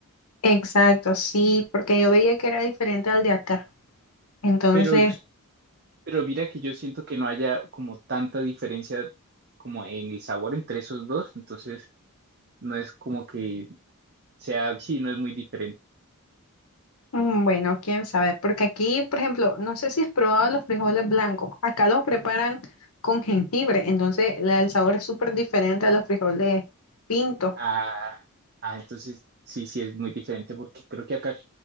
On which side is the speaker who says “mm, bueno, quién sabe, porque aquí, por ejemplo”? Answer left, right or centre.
Left